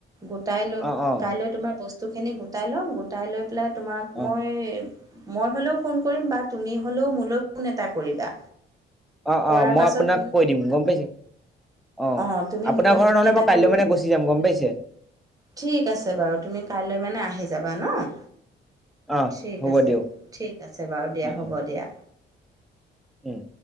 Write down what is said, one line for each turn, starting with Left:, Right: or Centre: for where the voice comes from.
Right: গোটাই
Centre: অ
Right: লৈ
Centre: অ
Right: কাইলৈ তোমাৰ বস্তুখিনি গোটাই লম গোটাই লৈ পেলাই তোমাক
Centre: অ
Right: মই মই হ'লেও ফোন কৰিম বা তুমি হ'লেও মোলৈ ফোন এটা কৰিবা।
Centre: অ',
Right: কৰাৰ
Centre: অ', মই
Right: পাছত
Centre: আপোনাক
Right: তুমি
Centre: কৈ দিম, গম পাইছে। অ',
Right: অঁ তুমি
Centre: আপোনাৰ
Right: মোলৈ
Centre: ঘৰত
Right: ফোন
Centre: নহ'লে
Right: এটা
Centre: মই কাইলৈ
Right: কৰিবা
Centre: মানে গুচি যাম, গম পাইছে।
Right: ঠিক আছে বাৰু, তুমি কাইলৈ মানে আহি যাব বা ন'?
Centre: অ
Right: ঠিক
Centre: হ'ব
Right: আছে,
Centre: দিয়ক
Right: ঠিক আছে বাৰু, দিয়া
Centre: উম
Right: হ'ব
Centre: উম
Right: দিয়া।
Centre: উম।